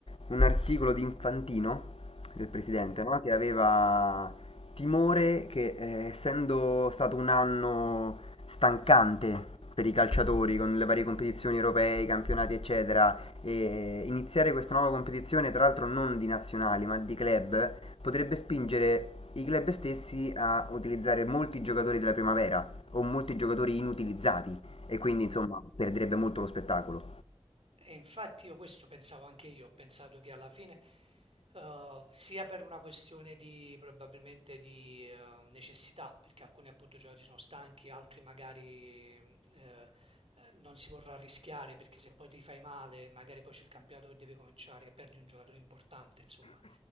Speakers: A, on the left; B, on the right.
A: un articolo di Infantino, del presidente,
B: Mm-hmm.
A: no? Che aveva timore che, eh, essendo stato un anno stancante per i calciatori, con le varie competizioni europee, i campionati, eccetera, e iniziare questa nuova competizione, tra l'altro non di nazionali, ma di club, potrebbe spingere i club stessi a utilizzare molti giocatori della primavera o molti giocatori inutilizzati e quindi insomma perderebbe molto lo spettacolo.
B: E infatti io questo pensavo anche io, ho pensato che alla fine, eh, sia per una questione di probabilmente di eh, necessità, perché alcuni appunto giocatori sono stanchi, altri magari mh, eh, eh, non si vorrà rischiare perché se poi ti fai male, magari poi c'è il campionato che deve cominciare e perdi un giocatore importante, insomma